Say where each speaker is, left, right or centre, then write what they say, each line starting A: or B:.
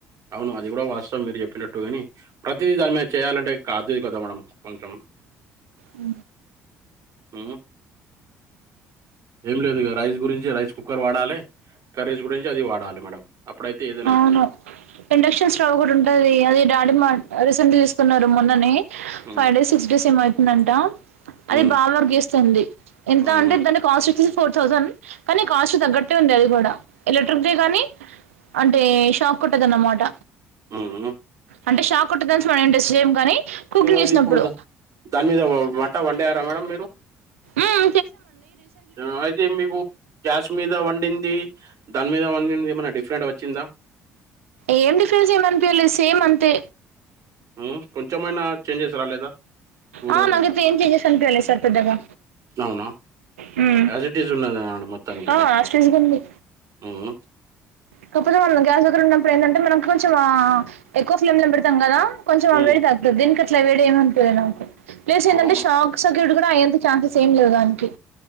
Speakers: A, on the right; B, on the right.
A: అవును అది కూడా వాస్తవం మీరు చెప్పినట్టుగాని ప్రతిదీ దాని మీద చేయాలంటే కాదుది కదా మనం కొంచెం
B: అ
A: ఊ ఏం లేదు ఇగ రైస్ గురించి రైస్ కుక్కర్ వాడాలి కర్రీస్ గురించి అది వాడాలి మేడం అప్పుడైతే ఏదైనా
B: అవును.
A: అయితది
B: ఇండక్షన్ స్టవ్ కూడా ఉంటది అది డాడీ మా రీసెంట్ గా తీసుకున్నారు మొన్ననే
A: ఉమ్
B: ఫైవ్ డేస్ సిక్స్ డేస్ ఏమో అయితుందంట అది
A: ఉమ్
B: బాగా వర్క్ చేస్తాంది ఎంత
A: ఉమ్
B: అంటే దాని కాస్ట్ వచ్చేసి ఫోర్ థౌసండ్ కానీ కాస్ట్ తగ్గట్టే ఉం కూడా ఎలక్ట్రిక్ దే కానీ అంటే షాక్ కొట్టదు అన్నమాట
A: ఉ ఉ
B: అంటే షాక్ కొట్టదన్ ఫ్రంట్ సేమ్ కానీ కుకింగ్ చేసినప్పుడు
A: అది ఇప్పుడు దాని మీద వంట వండారా మేడం
B: ఊం
A: ఆ అయితే మీకు గ్యాస్ మీద వండిద్దీ దాని మీద వండింది ఏమైన డిఫరెంట్ వచ్చిందా
B: ఏం డిఫరెన్స్ ఏం అనిపియలేదు సేమ్ అంతే
A: ఊ కొంచెమైనా చేంజెస్ రాలేదా కూరలలా
B: ఆ నాకైతే ఏం చేంజెస్ అనిపియ్యలే సార్ పెద్దగా
A: అవునా
B: హ్మ్.
A: యాజ్ ఇట్ ఈస్ ఉన్నద అండి మొత్తానికినికైతే
B: ఆ! యాస్ టీజ్‌గా ఉంది.
A: ఊహు
B: కాకపోతే మనం గ్యాస్ దగ్గర ఉన్నప్పుడు ఏందంటే మనం కొంచెం ఆ ఎక్కువ ఫ్లేమ్ లో పెడతాం కదా కొంచెం అ
A: ఉమ్,
B: వేడి తగుతది దీనికి అట్లా వేడి ఏమనిపీయలే నాకు ప్లస్
A: అవునా
B: ఏందంటే షాక్ సర్క్యూట్ కూడా అయ్యేంత ఛాన్సెస్ ఏం లేవు దానికి